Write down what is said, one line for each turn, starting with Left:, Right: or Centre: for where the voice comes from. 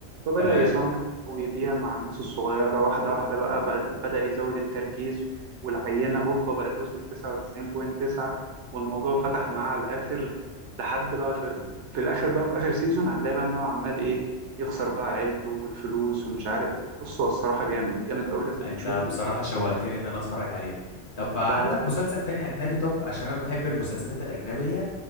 Right: فبدأ
Left: تمام
Right: يصنع ويبيع مع الناس الصغيرة واحدة واحدة بقى بعد- بدأ يزود التركيز والعينة هوبا بقت وصلت 99.9 والموضوع فتح معاه على الآخر لحد بقى في, في الآخر بقى في آخر سيزون هتلاقي بقى إن هو عمال إيه يخسر بقى عيلته والفلوس ومش عارف بص هو الصراحة جامد جامد أوي لازم
Left: انت
Right: تشوفه
Left: بصراحة شوقتني ان انا اتفرج عليه طب بقى
Right: لا
Left: عندك
Right: لا
Left: مسلسل تاني اجنبي طب عشان انا بحب المسلسلات الاجنبية